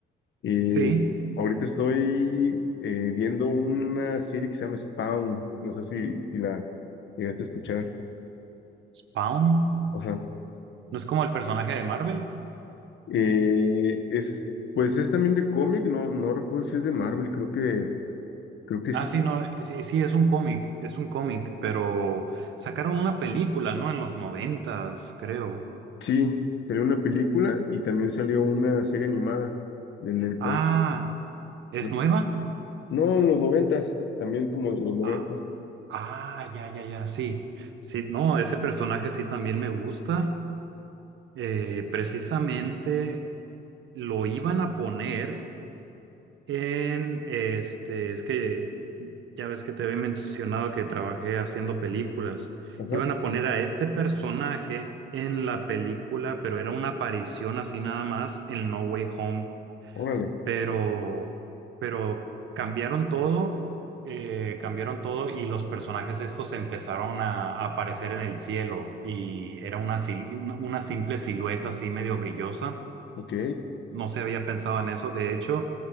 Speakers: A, on the left; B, on the right.
A: y
B: Sí,
A: ahorita estoy eh, viendo una serie que se llama Spawn, no sé si, si la llegaste a escuchar.
B: Spawn,
A: Ajá.
B: ¿no es como el personaje de Marvel?
A: Eh, es, pues es también de cómic, no, no recuerdo si es de Marvel, creo que, creo que
B: Ah,
A: sí.
B: sí, no, sí, sí, es un cómic, es un cómic, pero sacaron una película, ¿no? En los noventas, creo.
A: Sí, salió una película y también salió una serie animada en el por
B: Ah, ¿es
A: no,
B: nueva?
A: no, en los noventas, también como de los noventas.
B: Ah, ah, ya, ya, ya, sí. Sí, no, ese personaje sí también me gusta. Eh, precisamente lo iban a poner en, este, es que ya ves que te había mencionado que trabajé haciendo películas,
A: Ajá,
B: iban a poner a este personaje en la película, pero era una aparición así nada más en No Way Home,
A: órale,
B: pero, pero cambiaron todo. eh, cambiaron todo y los personajes estos empezaron a, a aparecer en el cielo y era una, sil- una una simple silueta así medio brillosa
A: ok,
B: no se había pensado en eso. De hecho,